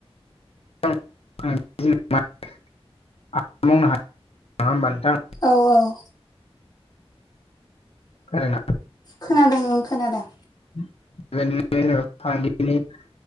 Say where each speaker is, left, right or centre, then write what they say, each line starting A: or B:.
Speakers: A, on the left (about 65°); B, on the left (about 40°).
A: आ मावनो हायो नङा ओमबा नोंथां <unintelligible>
B: औ औ
A: <unintelligible>
B: खोनादों खोनादों
A: बेबादिनो जों फालांगिनि <unintelligible>